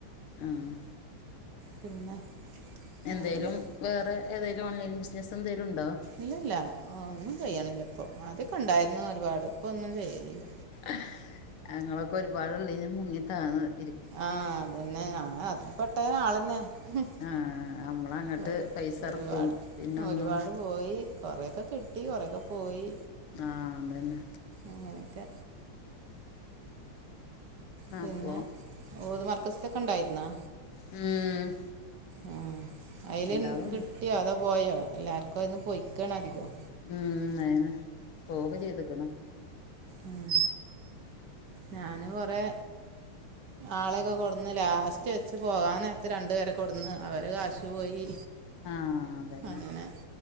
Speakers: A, on the left; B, on the right.
A: ആഹ്
B: പിന്നെ വേറെന്താ
A: എന്തേലും വേറെ ഏതായാലും ഓൺലൈൻ ബിസിനസ്സ് എന്തേലും ഉണ്ടോ?.
B: ഇല്ലല്ല ഒന്നും ചെയ്യണില്ല ഇപ്പൊ ആദ്യക്ക ഉണ്ടായിരുന്നു ഒരുപാട് ഒന്നും ചെയ്യലില്ല
A: ആഹ് ഞങ്ങളൊക്കെ ഒരുപാട് ഉള്ളീല് മുങ്ങി താഴ്ന്ന് ഇരി
B: ആഹ് അതന്നെ ഞാൻ അതിൽ പെട്ട ഒരു ആളന്നെ?. ഹും
A: ആ നമ്മളങ്ങട്ട്
B: ഒരു
A: പൈസ
B: ഒരുപാട്
A: ഇറക്കും പിന്നൊന്നും
B: ഒരുപാട് പോയി കൊറെക്കെ കിട്ടി കൊറെക്കെ പോയി.
A: ആഹ് അതന്നെ.
B: അങ്ങനെക്കെ? പിന്നെ
A: അപ്പൊ
B: ഊദ് മർക്കസിലൊക്കെ ഉണ്ടായിരുന്നോ
A: ഉം
B: ആ അയ്ൽ
A: എല്ലാതും ഉണ്ട്
B: കിട്ടിയോ? അതോ പോയോ എല്ലാർക്കും അതിന്ന് പൊയ്ക്കണ അധികം.
A: ഉം അഹെന്നെ പോവൊക്കെ ചെയ്ത്ക്ക്‌ണ്
B: ഉം ഞാന് കുറെ ആളെയൊക്കെ കൊടുന്ന് ലാസ്റ്റ് വെച്ച് പോകാൻ നേരത്ത് രണ്ടു പേരെ കൊടുന്ന് അവരെ കാശു പോയി.
A: ആഹ് അതന്നെ
B: അങ്ങനെ